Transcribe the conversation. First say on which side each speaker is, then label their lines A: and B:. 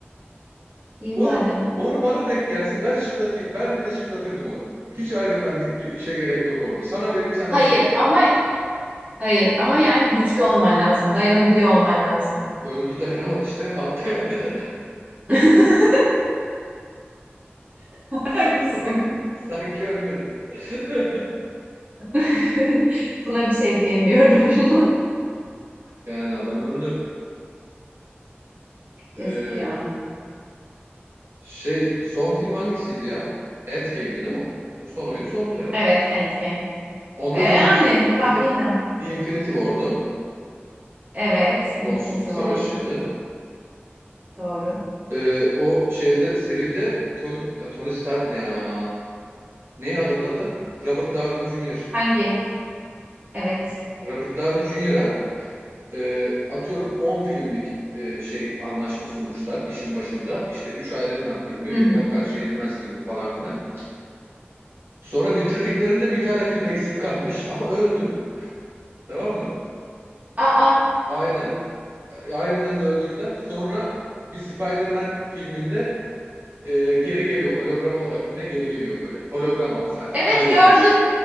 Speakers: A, on the right (about 35°); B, on the right (about 75°).
A: İyi
B: O
A: madem.
B: onu bana denk gelsin ben şıklatayım. Ben bile şıklatırdım onu. Hiç Iron Man'lik bir işe gerek yok orada. Sana vereyim sen
A: Hayır
B: de şıklatırdın.
A: ama hayır ama yani güçlü olman lazım, dayanabiliyor olman lazım.
B: Öldü dayanamadı işte. Hulk dayandı. <laughs>
A: <laughs> Haklısın.
B: <laughs> Sanki sanki ölmedi. <laughs>
A: <laughs> Buna bir şey diyemiyorum. <laughs>
B: Yani adam öldü. Ee,
A: Yazık ya.
B: şey son film hangisiydi ya? Endgame'di değil mi? Son oyun sondur herhalde.
A: Evet, Endgame.
B: Ondan
A: E yani
B: önceki
A: tahminen.
B: <laughs> Infinity War'du.
A: Evet, Infinity
B: Sonsuzluk Savaşı'ydı.
A: War'du. Doğru.
B: Ee, o şeyde seride Tony, Tony Stark ne ya? Ne adamın adı? Robert Downey Jr.
A: Hangi? Evet.
B: Robert Downey Jr.'a e, atıyorum 10 filmlik e, şey anlaşma sunmuşlar işin başında. İşte 3 Iron Man filmi,
A: Hı
B: bilmem
A: hı.
B: kaç Yenilmez filmi falan filan. Sonra bitirdiklerinde bir tane film eksik kalmış ama öldü. Tamam mı?
A: Aa,
B: Aynen. Iron Man'i de öldürdüler. Sonra bir Spider-Man filminde e, geri geliyor. Hologram olarak mı ne geri geliyor böyle. Hologram ama sadece
A: evet
B: kaydetmiş.
A: gördüm.